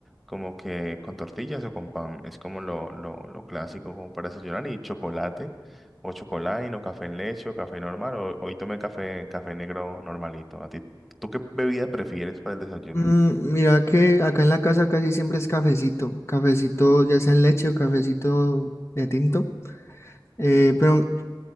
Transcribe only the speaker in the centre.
como que con tortillas o con pan es como lo, lo, lo clásico como para desayunar y chocolate o chocolate o café en leche o café normal o hoy tomé café, café negro normalito. ¿A ti, tú qué bebida prefieres para el desayuno?